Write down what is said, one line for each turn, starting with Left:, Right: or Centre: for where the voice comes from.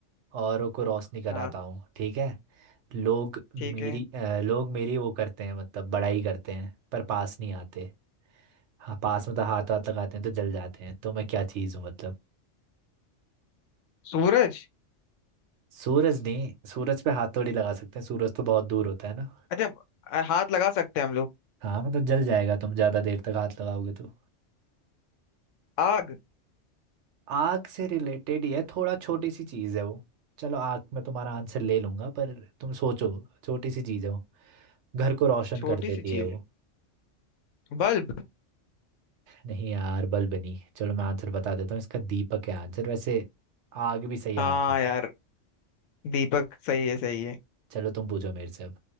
Right: औरों को रोशनी कराता
Left: हाँ
Right: हूँ ठीक है लोग मेरी
Left: ठीक है
Right: अ, लोग मेरी वो करते हैं मतलब बड़ाई करते हैं पर पास नहीं आते हाँ पास मतलब हाथ हाथ लगाते हैं तो जल जाते हैं तो मैं क्या चीज़ हूँ मतलब
Left: सूरज
Right: सूरज नहीं सूरज पे हाथ थोड़ी लगा सकते हैं सूरज तो बहुत दूर होता है ना
Left: अच्छा अ, हाथ लगा सकते हैं हम लोग
Right: हाँ मतलब जल जाएगा तुम ज़्यादा देर तक हाथ लगाओगे तो
Left: आग
Right: आग से रिलेटेड ही है थोड़ा छोटी सी चीज़ है वो चलो आग में तुम्हारा आंसर ले लूंगा पर तुम सोचो छोटी सी चीज़ है वो घर को रोशन
Left: छोटी
Right: कर देती
Left: सी
Right: है
Left: चीज
Right: वो
Left: बल्ब
Right: नहीं यार बलबनी चलो मैं आंसर बता देता हूँ इसका दीपक है आंसर वैसे आग भी सही
Left: हाँ
Right: आंसर था
Left: यार दीपक सही है सही है
Right: चलो तुम पूछो मेरे से अब